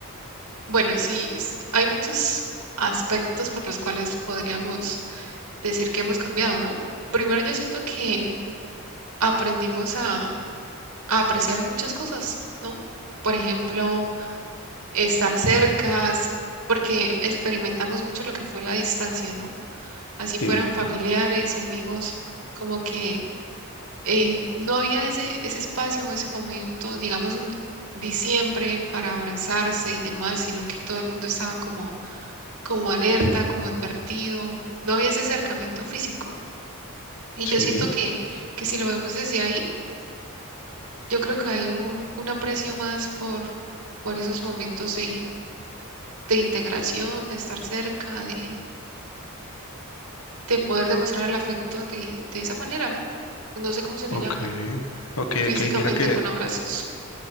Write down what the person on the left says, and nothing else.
Sí,
sí.
Ok.
Ok,
ok. Mira que